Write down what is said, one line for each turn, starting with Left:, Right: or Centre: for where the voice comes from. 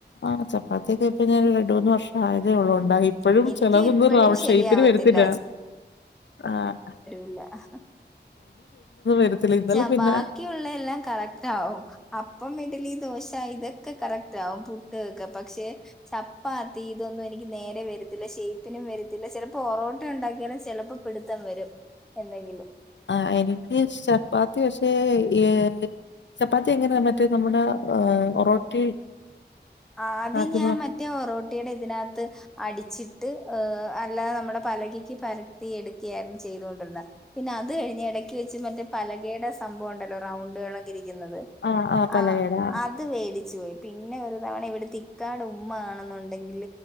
Left: ആ ചപ്പാത്യോക്കെ ഇപ്പൊ ഞാൻ രണ്ട് മൂന്ന് വർഷം ആയതെഉള്ളൂട്ടാ
Centre: ഉം
Left: ഇപ്പഴും
Centre: എനിക്കും
Left: ചിലതൊന്നും
Centre: ഇപ്പഴും
Left: റൗണ്ട്
Centre: ശരിയാവത്തില്ല
Left: ഷെയ്പ്പില് വരത്തില്ല. ആഹ്
Centre: ഇല്ലാ ഹ്
Left: വരത്തില്ല
Centre: ഹ
Left: ഇന്നലെ
Centre: ച
Left: പിന്നെ
Centre: ബാക്കിയുള്ള എല്ലാം കറക്റ്റ് ആവും. അപ്പം ഇഡ്ഡ്ലി ദോശ ഇതൊക്കെ കറക്റ്റ് ആവും. പുട്ട് ഒക്കെ. പക്ഷെ ചപ്പാത്തി ഇതൊന്നും എനിക്ക് നേരെ വെരത്തില്ല ഷെയിപ്പിനും വെരത്തില്ല ചിലപ്പോ ഒറോട്ട ഉണ്ടാക്കിയാലും ചെലപ്പോ പിടുത്തം വരും. എന്തെങ്കിലും
Left: ആ എനിക്ക് ചപ്പാത്തി പക്ഷേ ഈ ചപ്പാത്തി എങ്ങനെ മറ്റേ നമ്മുടെ ഒറോട്ടി
Centre: ആദ്യം
Left: ഇതാക്കുന്ന
Centre: ഞാൻ മറ്റേ ഒറോട്ടീടെ ഇതിനകത്ത് അടിച്ചിട്ട് അ് അല്ലാതെ നമ്മുടെ പലകക്ക് പരത്തി എടുക്കുകയായിരുന്നു ചെയ്തുകൊണ്ടിരുന്നെ. പിന്നെ അത് കഴിഞ്ഞ് എടക്ക് വെച്ച് മറ്റേ പലകേടെ സംഭവം ഉണ്ടല്ലോ റൗണ്ട്കളൊക്കെ ഇരിക്കുന്നത്.
Left: ആഹ് ആഹ് പലകേടെ
Centre: അ അത് വേടിച്ചു പോയി പിന്നെ ഒരു നമ്മളെ ഇവിട്ത്തെ ഇക്കാടെ ഉമ്മ ആണെന്നുണ്ടെങ്കിൽ